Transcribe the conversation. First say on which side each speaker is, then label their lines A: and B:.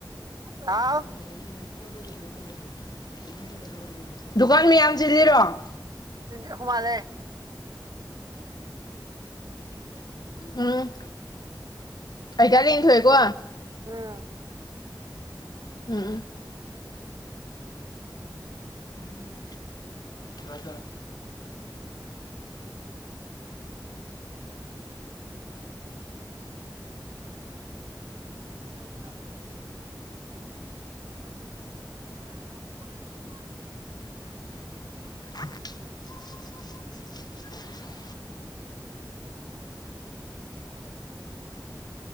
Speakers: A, on the right; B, on the left.
A: ꯍꯥꯎ
B: <unintelligible> ꯗꯨꯀꯥꯟ ꯃꯤ ꯌꯥꯝ ꯆꯤꯜꯂꯤꯔꯣ
A: ꯑꯈꯣꯏ ꯃꯥ ꯂꯥꯛꯑꯦ ꯃꯦ
B: ꯎꯝ ꯑꯩꯇꯥꯔ ꯌꯦꯊꯣꯛꯑꯦꯀꯣ
A: ꯎꯝ
B: ꯎꯝ ꯎꯝ ꯎꯝ <inaudible> ꯍꯖ <unintelligible>
A: ꯀ ꯄꯅꯤꯗ ꯎ ꯌꯥ ꯐꯣꯒꯦꯔ <inaudible> <inaudible>
B: <unintelligible>